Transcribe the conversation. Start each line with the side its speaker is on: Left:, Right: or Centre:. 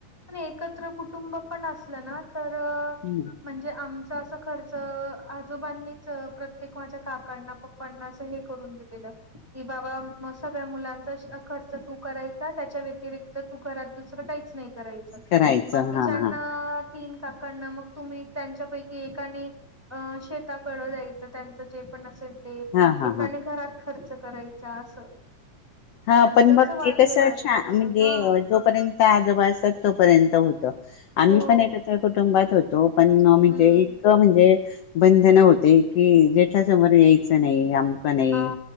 Centre: पण एकत्र कुटुंब पण असलं ना तर
Left: अच्छा.
Centre: म्हणजे आम च अस खर्च आजोबांनीच प्रत्येक माझ्या काकांना, पप्पांना अस हे करून दिलेलं की बाबा म सगळ्या मुलांचा खर्च तू करायचा त्याच्या व्यतिरिक्त तू घरात दुसरं काहीच नाही. करायचा
Left: करायचं
Centre: बाकीच्यांना
Left: हा हा
Centre: तीन का कंड मग तुम्ही त्यांच्यापैकी एकाने अ शेताकड जायचं त्यांच जे पण असेल. ते
Left: हा हा
Centre: एकाने
Left: हा.
Centre: घरात खर्च करायच असं.
Left: हा
Centre: त्यांचं
Left: पण मग
Centre: असं वाटलेलं
Left: ते कस
Centre: असायचं
Left: छान म्हणजे
Centre: हा
Left: जोपर्यंत त्या आजोबा असतात तोपर्यंत होतं. आम्ही
Centre: हो
Left: पण एकत्र कुटुंबात होतो. पण म्हणजे
Centre: हम्म
Left: इतकं म्हणजे बंधन होते की जे समोर यायचं नाही अमकं नाही
Centre: हा